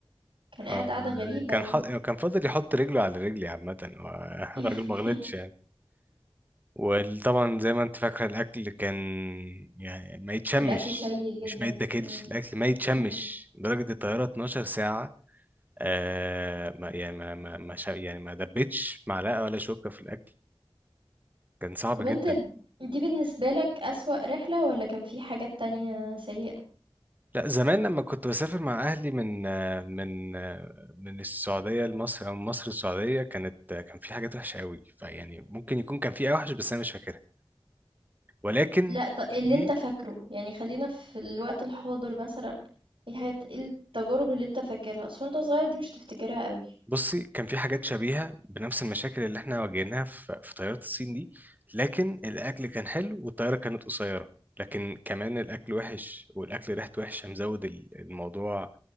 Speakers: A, on the right; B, on the right.
A: كان قاعد
B: هو
A: قاعدة غريبة
B: كان
A: يعني
B: حط... كان فاضل يحط رجله على رجلي عامة هو <laughs>
A: <laughs>
B: الراجل ما غلطش يعني وطبعا زي ما انت فاكرة الأكل كان يعني ما يتشمش
A: والأكل سيء
B: مش
A: جدا
B: ما يتاكلش
A: مم.
B: الأكل ما يتشمش
A: مم.
B: درجة الطيارة 12 ساعة آه ما يعني ما ما ما شا- يعني ما دبتش معلقة ولا شوكة في الأكل كان صعب
A: طب
B: جدا
A: أنت دي بالنسبة لك أسوأ رحلة والّا كان في حاجات تانية سيئة؟
B: لا زمان لما كنت بسافر مع اهلي من آه، من آه، من السعوديه لمصر او من مصر السعوديه كانت آه، كان في حاجات وحشه قوي فيعني ممكن يكون كان في اوحش بس انا مش فاكرها ولكن
A: لأ ط اللي
B: دي
A: أنت فاكره، يعني خلّينا في الوقت الحاضر مثلًا، إيه الحاجات إيه التجارب اللي أنت فاكرها؟ أصل وأنت صغير دي مش هتفتكرها أوي.
B: بصي كان في حاجات شبيهه بنفس المشاكل اللي احنا واجهناها في في طياره الصين دي لكن الاكل كان حلو والطياره كانت قصيره لكن كمان الاكل وحش والاكل ريحته وحشه مزود ال- الموضوع